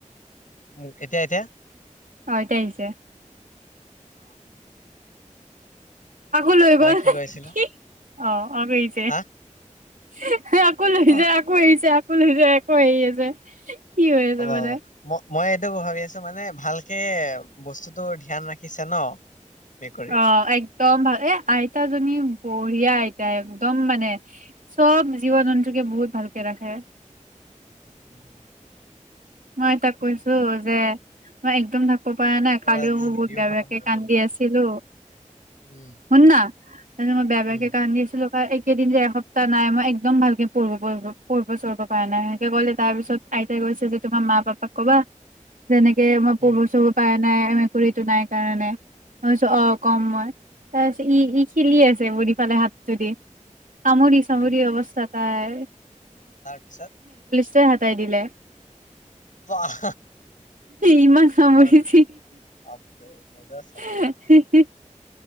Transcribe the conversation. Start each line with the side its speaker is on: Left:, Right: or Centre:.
Left: উ এতিয়া এতিয়া।
Right: অ এতিয়া আহিছে।
Left: অ অ।
Right: আকৌ লৈ গ'ল।
Left: কি
Right: অ।
Left: কৈছিলো
Right: অ বেই যে
Left: হা
Right: <unintelligible> সি‌ আকৌ লৈ
Left: অ
Right: যায় আকৌ এৰিছে আকৌ <unintelligible> আকৌ। <unintelligible>
Left: হ'ব
Right: মানে
Left: হ'ব। ম মই এইটো ভাবি আছো মানে ভালকে বস্তুতটো ধ্যান ৰাখিছে ন। মেকুৰীত
Right: অ একদম ভাল এ আইতাজনীয়ে বঢ়িয়া আইতা। একদম মানে চব জীৱ জন্তুকে বহুত ভালকে ৰাখে।
Left: উম
Right: মই তাক কৈছো যে মই একদম ব পৰা
Left: মোৰতো
Right: নাই কালিও
Left: আজি
Right: মই
Left: হেৰিও
Right: বহুত বেয়া
Left: খতম
Right: বেয়াকে
Left: হৈ
Right: কান্দি
Left: গ'ল
Right: আছিলো।
Left: উম
Right: ‌শুন না‌ কালি মই বেয়া বেয়াকে
Left: উম
Right: কান্দি আছিলো। বা একেদিন যে এসপ্তাহ নাই মই একদম ভালকে পঢ় পঢ়ি পঢ়িব চঢ়হিব পৰা নাই সেনেকে ক'লে তাৰ পিছত আইতাই কৈছে যে তোমাৰ মা পাপাক ক'বা। যেনেকে মই পহু
Left: উম
Right: চহু পায়। নাই মেকুৰীটো নাই কাৰণে ভাবিছো অ কম মই তাৰপিছত ই - ই খিলি আছে বুঢ়ী ফালে হাতটো দি। কামুৰি চামুৰি
Left: উম
Right: অৱস্থাত তাই
Left: তাৰপিছত?
Right: তে হাতাই দিলে
Left: বাহ
Right: ইমান সমচিছ
Left: মই বাপৰে মজা চোন
Right: <unintelligible>